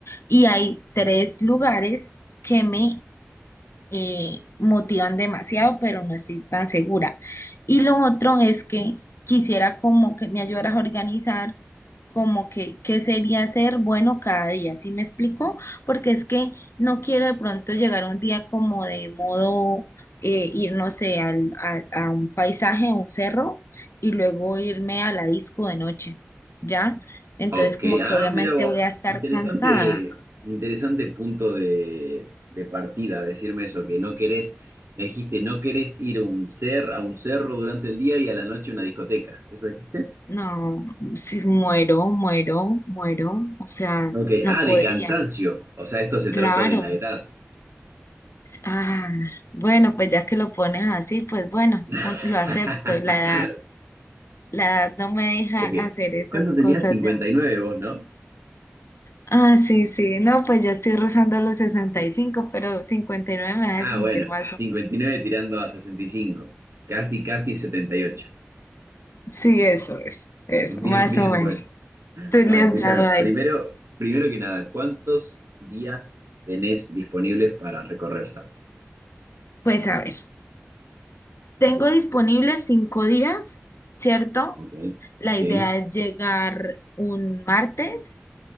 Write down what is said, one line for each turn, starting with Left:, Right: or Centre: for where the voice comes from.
Left: Y hay tres lugares que me eh, motivan demasiado, pero no estoy tan segura. Y lo otro es que quisiera como que me ayudaras a organizar como que qué sería ser bueno cada día, ¿sí me explico? Porque es que no quiero de pronto llegar un día como de modo eh, ir, no sé, al- al- a un paisaje, a un cerro, y luego irme a la disco de noche, ¿ya? Entonces
Right: Ok,
Left: como
Right: ah,
Left: que obviamente
Right: mira vos,
Left: voy a estar
Right: interesante,
Left: cansada.
Right: interesante punto de, de partida, decirme eso, que no querés, me dijiste, no querés ir a un cer, a un cerro durante el día y a la noche a una discoteca, ¿eso dijiste?
Left: No, si muero, muero, muero, o sea,
Right: Ok,
Left: no
Right: ah,
Left: podría,
Right: de cansancio, o sea, esto se
Left: claro.
Right: trata de la edad.
Left: Ah, bueno, pues ya que lo pones así, pues bueno, un-
Right: <laughs>
Left: lo acepto, la edad, la edad no me deja
Right: Ok,
Left: hacer esas
Right: ¿cuánto
Left: cosas
Right: tenías? cincuenta
Left: ya.
Right: y nueve vos, ¿no?
Left: Ah, sí, sí, no, pues ya estoy rozando los sesenta y cinco pero 59 me hace
Right: Ah,
Left: sentir
Right: bueno,
Left: más
Right: cincuenta
Left: o
Right: y nueve tirando a sesenta y cinco casi, casi setenta y ocho
Left: menos. Sí, eso es, eso,
Right: Bien,
Left: más
Right: bien,
Left: o menos.
Right: bueno.
Left: Tú le
Right: Bueno,
Left: has
Right: escúchame,
Left: dado ahí.
Right: primero, primero que nada, ¿cuántos días tenés disponibles para recorrer Salta?
Left: Pues a ver, tengo disponibles cinco días, ¿cierto?
Right: Ok,
Left: La
Right: sí,
Left: idea es llegar un martes,